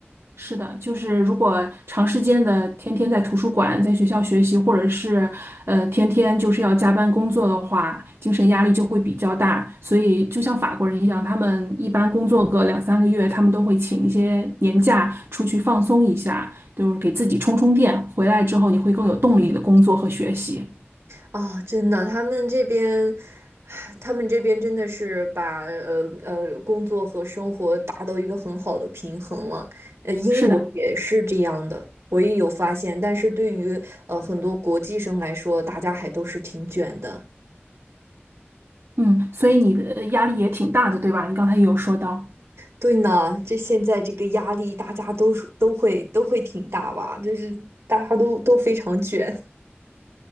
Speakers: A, on the right; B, on the right.
A: 是的，就是如果长时间的天天在图书馆、在学校学习，或者是呃天天就是要加班工作的话，精神压力就会比较大。所以就像法国人一样，他们一般工作个两三个月，他们都会请一些年假出去放松一下，就是给自己充充电。回来之后，你会更有动力的工作和学习。
B: 啊，真的，他们这边，唉他们这边真的是把呃呃工作和生活达到一个很好的平衡了。呃，英国也是这样的，
A: 是的，
B: 我也有发现。但是对于呃很多国际生来说，大家还都是挺卷的。
A: 嗯，所以你的呃压力也挺大的，对吧？你刚才也有说到，
B: 对呢，这现在这个压力，大家都是都会都会挺大吧，就是大家都都非常卷。